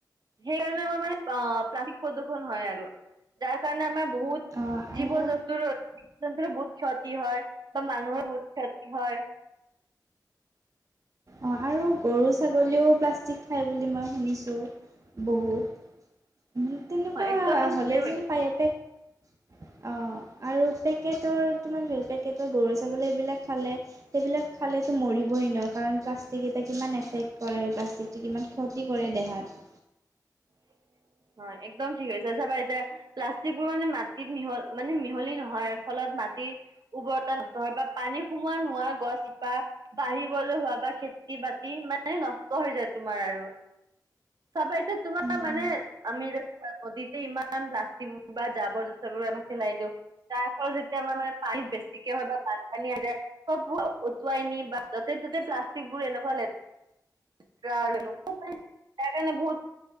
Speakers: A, on the right; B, on the right.
A: সেইকাৰণে আমাৰ মানে অ প্ৰাক <unintelligible> প্ৰদৰ্ক্ষন হয় আৰু <unintelligible> যাৰ কাৰণে আমাৰ বহুত
B: অ',
A: জীৱ
B: আৰু
A: জন্তুৰ জীৱ জন্তুৰ বহুত ক্ষতি হয় বা মানুহৰ বহুত ক্ষতি হয়
B: অঁ আৰু গৰু ছাগলীয়েও প্লাষ্টিক খায় বুলি মই শুনিছোঁ বহুত তেনেকুৱা
A: একদম
B: হ'লে
A: ঠিকে কৈছা
B: যেন পায়াপেক <unintelligible>
A: হয়
B: অঁ আৰু পেকেটৰ তোমাৰ পেকেটৰ গৰু ছাগলী এইবিলাক খালে সেইবিলাক খালে <unintelligible> মৰিব এ নোৱাৰ কাৰণ ত <unintelligible> প্লাষ্টিক এটা কিমান এফেক্ট কৰে প্লাষ্টিকটো কিমান ক্ষতি কৰে দেহাত
A: উ হয় এক্দম ঠিক হৈছে চাবা এতিয়া প্লাষ্টিক বোৰ মানে মাটিত মিহল মানে মিহলি নহয় ফলত ম <unintelligible> উৰ্বৰতা নষ্ট হয় বা পানী সোমোৱা নোৰোৱা <unintelligible> গছ শিপা বাঢ়িবলৈ হোৱা বা খেতি বাতি মানে নষ্ট হৈ যায় তোমাৰ আৰু চাবা এতি তোমাৰ
B: উম,
A: মানে
B: উম।
A: আমি এতি নদীতে ইমান প্লাষ্টিকোৰ বা জাবৰ জোথৰ বোৰ আমাক পেলাই দিওঁ <unintelligible> তাৰ ফলত যেতিয়া আমাৰ মানে পানীত বেছিকে হয় বা বানপানী আহ যায় সব উটুৱাই নি বা তাতে প্লাষ্টিকবোৰ এনেকুৱা লেতেৰা আৰু তাৰ কাৰণে বহুত